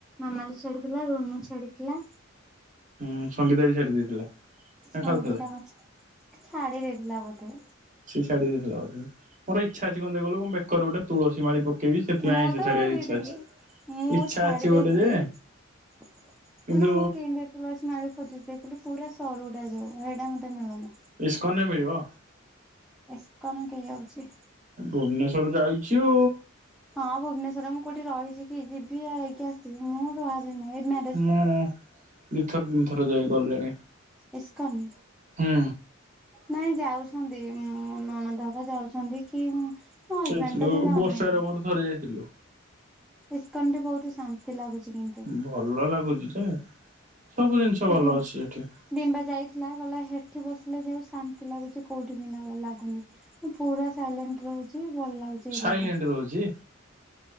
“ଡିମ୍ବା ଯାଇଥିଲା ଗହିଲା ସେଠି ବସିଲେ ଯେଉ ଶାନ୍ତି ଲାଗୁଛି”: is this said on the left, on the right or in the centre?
Centre